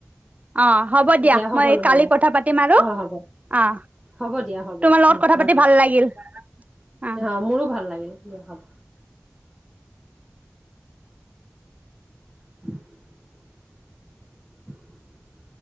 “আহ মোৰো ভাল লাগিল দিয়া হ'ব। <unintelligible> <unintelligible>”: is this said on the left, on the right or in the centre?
Centre